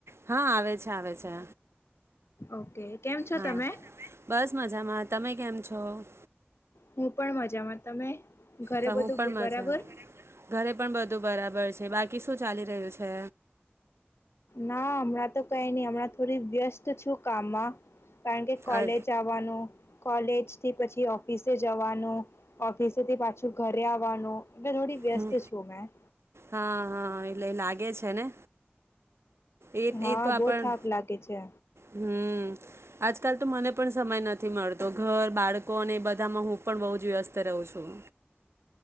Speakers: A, on the right (about 80°); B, on the left (about 80°).
A: હા આવે છે આવે છે.
B: ઓકે. કેમ છો
A: હા
B: તમે?
A: બસ મજામાં તમે કેમ છો?
B: હું પણ મજામાં તમે ઘરે
A: તમે
B: બધું
A: પણ
B: બ-
A: મજા
B: બરાબર
A: ઘરે પણ બધું બધું બરાબર છે, બાકી શું ચાલી રહ્યું છે.
B: ના હમણાં તો કઈ નહી હમણાં થોડી વ્યસ્ત છું કામમાં કારણ કે કોલેજ
A: અ-
B: આવવાનું કોલેજ થી પછી ઓફિસે જવાનું ઓફિસેથી પાછું ઘરે આવવાનું એટલે થોડી વ્યસ્ત
A: હમ
B: છું મેં
A: હા હા એલે લાગ્યું કે છે ને એ
B: હા
A: એ તો આપણ
B: બહુ થાક લાગે છે.
A: હમ આજકાલ તો મને પણ સમય નથી મળતો ઘર બાળકો અને એ બધામાં હું પણ બહુ જ વ્યસ્ત રહું છું.